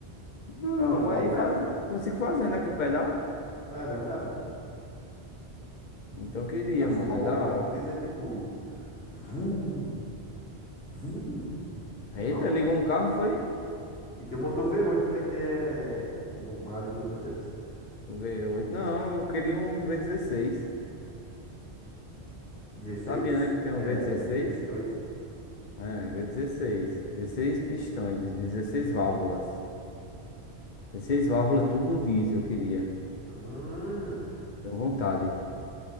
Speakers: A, on the left; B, on the left.
A: Não,
B: É uma moto,
A: mas
B: é?
A: faz, consigo fazer, né, com o pedal.
B: É verdade.
A: Então eu queria,
B: Assim,
A: mano,
B: bobobó
A: é da hora.
B: que tu diz é tipo... Vum, vum.
A: Eita,
B: Não?
A: ligou um carro, foi?
B: E tem o motor v oito né? Que é o maior de todos os tempos.
A: O v oito? não, eu queria um v dezesseis.
B: dezesseis
A: Sabia, né, que tem um
B: é,
A: v dezesseis?
B: pistões.
A: É, v dezesseis dezesseis pistões, 16 válvulas. dezesseis válvulas tubo diesel, eu queria.
B: Hum,
A: Tenho vontade.